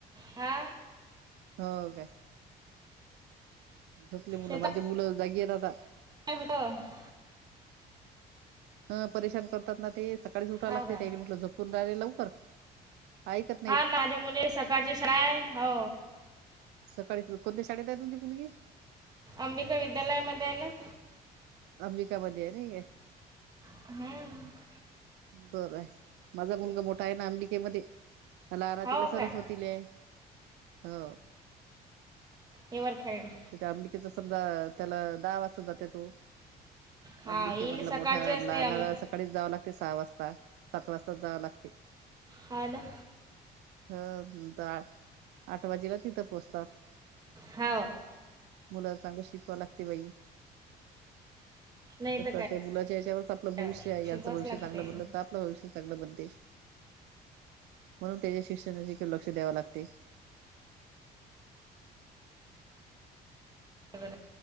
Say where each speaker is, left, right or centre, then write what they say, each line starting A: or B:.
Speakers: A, on the right (about 25°); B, on the right (about 85°).
A: हा!
B: हो काय. झोपली मुलं
A: शेतात
B: माझी मुलं जागी राहता.
A: <unintelligible>
B: ह परेशान करतात ना ते सकाळीच उठा
A: हो
B: लागते,
A: का
B: त्यानी म्हटलं झोपून राहिले लवकर आईकत
A: हेलो आजमुने सकाळची शाळा आहे, हो
B: सकाळीच कोणत्या शाळेत आहे तुमची मुलगी?
A: अंबिका विद्यालयामध्ये आहे ना.
B: अंबिका मध्ये आहे नाही काय.
A: हूं!
B: बर आहे माझा मुलगा मोठा आहे ना अंबिकेमध्ये. लहाना
A: हो
B: तिकडे सरस्वतीले
A: काय
B: हो.
A: हिवरखेड.
B: त त्या अंबिकेच समजा त्याला दहा वाजता जात्यां तो.
A: हा
B: अंबिके
A: येईल
B: मधलं
A: सकाळची
B: मोठा,
A: असते
B: लहाना
A: आम
B: सकाळीच जावं लागते सहा वाजता सात वाजताच जावा लागते.
A: हा न!
B: ह दाठ आठ वाजेला तिथं पोचतात.
A: हं!
B: मुलाला चांगलं शिकवा लागते बाई.
A: नाही
B: असं
A: तर काय
B: त्या मुलाच्या याच्यावरच आपलं भविष्य
A: हो.
B: आहे
A: शिकवाच
B: यांचं भविष्य
A: लागते
B: चांगलं बोललं तर आप ''--'' आपलं भविष्य चगलं बनते म्हणून त्याच्या शिक्षणाची लक्ष द्याव लागते.
A: बरोबर